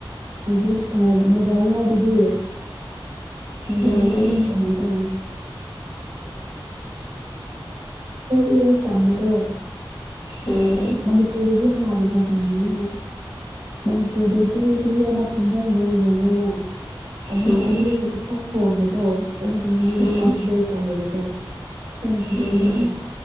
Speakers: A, on the right; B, on the left.
A: ꯍꯧ ꯑ ꯃꯗꯥꯅ ꯑꯗꯨꯗꯤ ꯍꯒꯅꯤ
B: ꯎꯝ
A: ꯀꯅ ꯇ ꯑꯣ ꯎ ꯍ ꯇꯝꯕꯗꯣ
B: ꯎꯝ
A: ꯃꯅꯤꯄꯨꯔꯔꯤꯒꯤ ꯍꯋꯥꯅꯤ ꯍꯧꯒꯅ ꯃꯅꯤꯄꯨꯔꯗꯩ ꯀ ꯀ ꯑꯃ ꯊꯦꯡꯅꯕ ꯃꯒꯅꯅ ꯑꯗꯨꯅ
B: ꯎꯝ
A: ꯑꯩꯈꯣꯏꯒꯤ ꯏꯛ ꯊꯣꯡꯕꯗꯣ ꯑꯣꯏꯅꯗꯅ ꯃꯣꯏꯅ
B: ꯎꯝ
A: ꯐꯔꯁꯗꯦꯁ ꯑꯣꯏꯌꯦꯕꯀꯣ ꯐꯣꯏꯅꯁꯨꯤꯡꯕꯀꯥ
B: ꯎꯝ